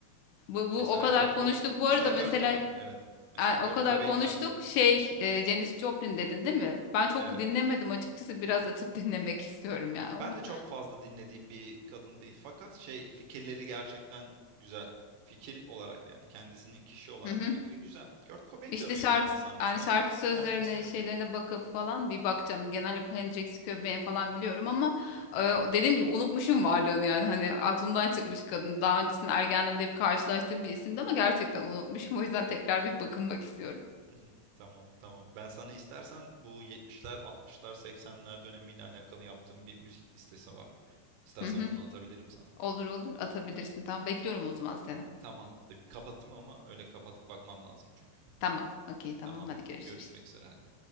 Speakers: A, on the left; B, on the right.
A: Bu, bu
B: Mesela
A: o kadar
B: Kurt
A: konuştuk.
B: Cob
A: Bu
B: mesela
A: arada
B: Kurt
A: mesela
B: Cobain, evet. Mesela
A: Ay,
B: Kurt
A: O kadar
B: Cobain
A: konuştuk.
B: aklıma geliyor.
A: Şey,
B: Hı hı.
A: e, Janis Joplin dedin değil mi? Ben çok
B: Evet.
A: dinlemedim açıkçası. Biraz açıp <laughs> dinlemek istiyorum ya
B: Ben
A: onu.
B: de çok fazla dinlediğim bir kadın değil fakat şey, fikirleri gerçekten güzel. Fikir olarak yani kendisinin kişi olarak
A: Hı hı.
B: fikri güzel. Kurt Cobain
A: İşte
B: de öyle
A: şarkı
B: bir insan mesela.
A: yani şarkı sözlerine,
B: Hendrix de öyle.
A: şeylerine bakıp falan bir bakacağım. Genel olarak Hendrix, Cobain falan biliyorum ama e,
B: Hı hı.
A: dediğim gibi unutmuşum varlığını yani. Hani aklımdan çıkmış kadın. Daha öncesinde ergenliğimde hep karşılaştığım bir isimdi ama gerçekten unutmuşum. O yüzden tekrar bir bakınmak istiyorum.
B: Hı hı. Tamam, tamam. Ben sana istersen bu 70'ler, 60'lar, 80'ler dönemiyle alakalı yaptığım bir müzik listesi var. İstersen
A: Hı hı.
B: onu atabilirim sana.
A: Olur olur atabilirsin. Tamam bekliyorum o zaman seni.
B: Tamam. Bir kapatayım ama öyle kapatıp bakmam lazım çünkü.
A: Tamam. Okey tamam.
B: Tamam.
A: Hadi görüşürüz.
B: Görüşmek üzere hadi.